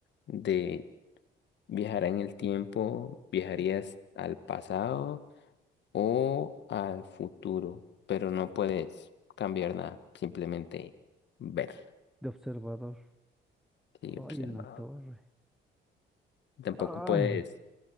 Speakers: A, on the left; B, in the centre.
A: de ¿Viajará en el tiempo? ¿Viajarías
B: <laughs>
A: al pasado o al futuro? Pero no puedes cambiar nada, simplemente ver
B: De observador.
A: y
B: Ay,
A: observar.
B: en la torre.
A: Tampoco
B: Ay.
A: puedes,